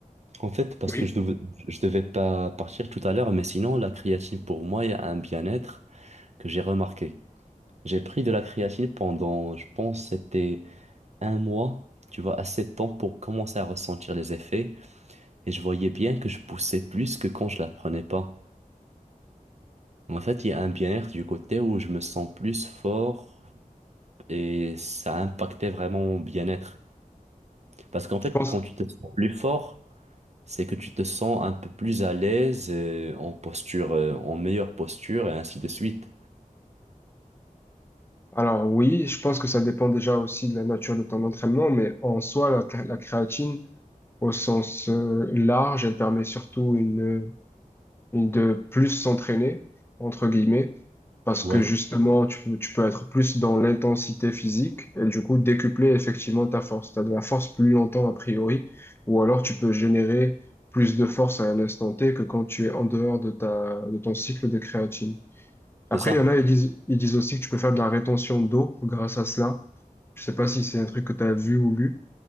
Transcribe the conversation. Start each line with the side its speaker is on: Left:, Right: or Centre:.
Right: En fait, parce
Left: Oui.
Right: que je devais, je devais pas partir tout à l'heure, mais sinon, la créatine, pour moi, il y a un bien-être que j'ai remarqué. J'ai pris de la créatine pendant, je pense, c'était un mois, tu vois, assez de temps pour commencer à ressentir les effets, et je voyais bien que je poussais plus que quand je la prenais pas. En fait, il y a un bien-être du côté où je me sens plus fort et ça a impacté vraiment mon bien-être. Parce qu'en
Left: Je
Right: fait,
Left: pense.
Right: quand tu te sens plus fort, c'est que tu te sens un peu plus à l'aise euh, en posture, euh, en meilleure posture et ainsi de suite.
Left: Alors oui, je pense que ça dépend déjà aussi de la nature de ton entraînement, mais en soi, la, cré- la créatine, au sens euh, large, elle permet surtout une, une- de plus s'entraîner, entre guillemets, parce
Right: Ouais,
Left: que justement, tu peux, tu peux être plus dans l'intensité physique et du coup décupler effectivement ta force. Tu as de la force plus longtemps a priori, ou alors tu peux générer plus de force à un instant T que quand tu es en dehors de ta, de ton cycle de créatine. Après,
Right: c'est ça.
Left: il y en a, ils disent, ils disent aussi que tu peux faire de la rétention d'eau grâce à cela. Je sais pas si c'est un truc que tu as vu ou lu.